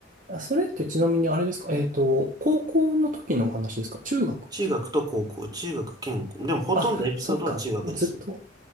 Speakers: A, on the right; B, on the right.
A: あ、それってちなみにあれですかえっと、高校の時のお話ですか中学ですか
B: 中学と高校、中学兼高、でもほとんどエピソードは中学ですね。
A: あ、そっか。もうずっと。